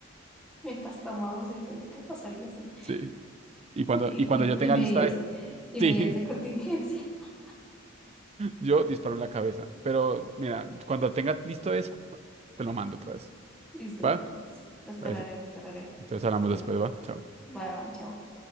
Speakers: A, in the centre; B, on the right.
A: <laughs> mientras tomamos y ¿qué pasaría? si?
B: sí. Y cuando,
A: Y,
B: y cuando
A: y,
B: yo tenga
A: y medidas,
B: lista de, <laughs>
A: y
B: sí,
A: medidas de contingencia. <laughs>
B: yo disparo en la cabeza. Pero mira, cuando tenga listo eso, te lo mando otra vez.
A: Listo, listo,
B: ¿Va?
A: listo. Lo esperaré,
B: Eso.
A: lo esperaré.
B: Entonces hablamos
A: Bueno,
B: después, ¿va? Chao.
A: va, chao.